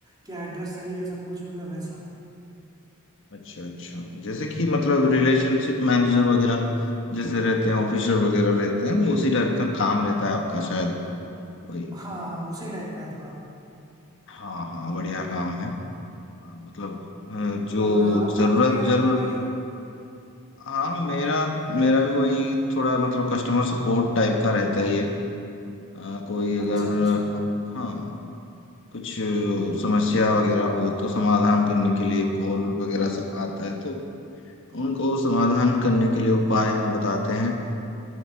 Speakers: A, on the right (about 20°); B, on the left (about 60°).
A: कि एड्रेस सही है सब कुछ मतलब वैसा
B: अच्छा अच्छा जैसे कि मतलब रिलेशनशिप मैनेजर वगैरह जैसे रहते हैं ऑफिसर वगैरह रहते हैं वो उसी टाइप का काम रहता है आपका शायद वही
A: हाँ हाँ उसी टाइप का है थोड़ा
B: हाँ हाँ बढ़िया काम है हाँ, मतलब अ, जो
A: और आ,
B: जरूरत
A: आपका क्या रहता
B: जरूर
A: है भाई
B: हाँ मेरा मेरा भी वही थोड़ा मतलब कस्टमर सपोर्ट टाइप का रहता ही है अ, कोई अगर
A: अच्छा अच्छा
B: हाँ कुछ समस्या वगैरह हो तो समाधान करने के लिए कॉल वगैरह से आता है तो उनको समाधान करने के लिए उपाय हम बताते हैं